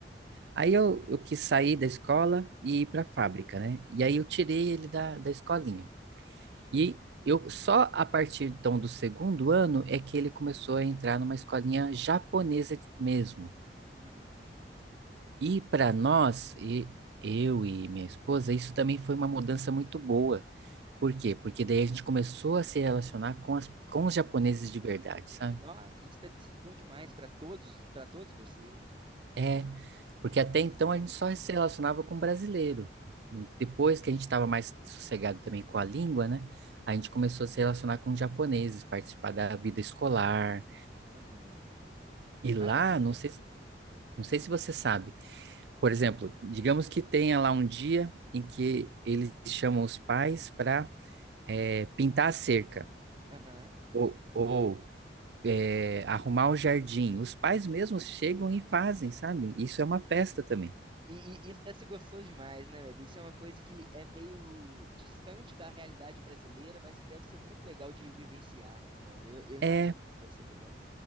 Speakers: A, on the right; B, on the right.
A: Aí eu, eu quis sair da escola e ir para a fábrica, né? E aí eu tirei ele da, da escolinha. E eu só a partir então do segundo ano é que ele começou a entrar numa escolinha japonesa mesmo.
B: Uhum.
A: E para nós, e eu e minha esposa, isso também foi uma mudança muito boa. Por quê? Porque daí a gente começou a se relacionar com as, com os japoneses de verdade, sabe?
B: Nó, isso deve ter sido bom demais pra todos, para todos vocês, né?
A: É, porque até então
B: Legal.
A: a gente só se relacionava com brasileiro. Depois que a gente estava mais sossegado também com a língua, né? A gente começou a se relacionar com japoneses, participar da vida escolar.
B: Aham.
A: E
B: Maravilha.
A: lá, não sei, Não sei se você sabe. Por exemplo, digamos que tenha lá um dia em que eles chamam os pais para pintar a cerca
B: Aham.
A: ou, ou, é, arrumar o jardim. Os pais mesmos chegam e fazem, sabe? Isso é uma festa também.
B: E, e isso deve ser gostoso demais, né, velho? Isso é uma coisa que é meio distante da realidade brasileira, mas que deve ser muito legal de vivenciar, né, velho? Eu, eu imagino
A: É,
B: que deve ser legal.